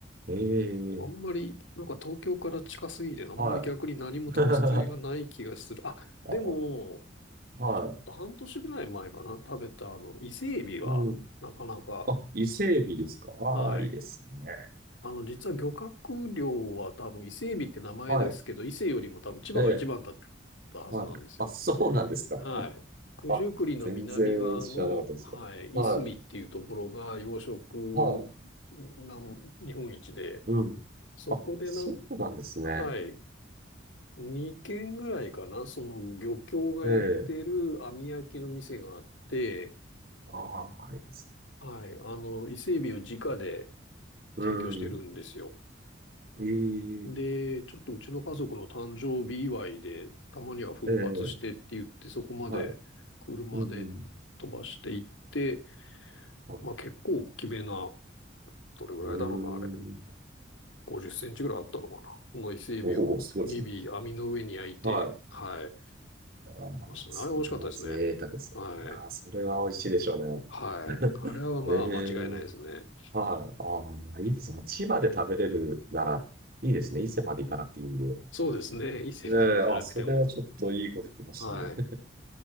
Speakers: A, on the right; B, on the left.
A: ええ
B: あんまり、なんか東京から近すぎて、あんまり逆に何も特性がない気がする。
A: はい。<laughs> あ
B: あ、
A: あ、
B: でも、
A: は
B: ちょっと半年ぐらい前かな、食べたあの、伊勢エビは、
A: い。うん。
B: なかなか、
A: あ、伊勢海老ですか。ああ、
B: はい。
A: いいですね。
B: あの、実は漁獲量は多分伊勢海老って名前ですけど、
A: はい。
B: 伊勢よりも多分千葉が一番だっ
A: ええ、
B: たはずなんですよ。
A: はい。あ、そうなんですか。
B: はい。九十九里の南側の、
A: あ、全然知らなかったですよ。
B: はい、
A: は
B: いすみっていうところが養殖なん日本一で、
A: い。はい。うん。
B: そこでなん、
A: あ、そうなんですね。
B: はい、2軒ぐらいかな、その漁協がやってる網焼きの店があって、
A: ええ、ああ、いいですね。
B: はい、あの、伊勢海老を直で
A: うん。
B: 提供してるんですよ。
A: ええ
B: で、ちょっとうちの家族の誕生日祝いで、たまには奮発してって言って、
A: ええ
B: そこまで車で飛ばしていって、
A: はい。うん、うん。はい。
B: まあ結構大きめな、どれぐらいだろうな、
A: うーん。
B: あれ。50センチぐらいあったのかな。の伊勢海老を2尾網の上に焼いて、
A: おお、すごいですね。はい。
B: はい。
A: ああ、
B: ましたね。
A: それは贅沢ですね。
B: あれ美味しかったですね。はい。
A: いやー、それは美味しいでしょう
B: はい。
A: ね。<laughs>
B: あれはまあ間違いないですね。
A: ええはい。ああ、いいですね。千葉で食べれるなら、いいですね。伊勢まで行かなくていいんで。
B: そうですね。伊勢まで行かなくても。
A: ええあ、それはちょっといいこと聞きましたね。
B: はい。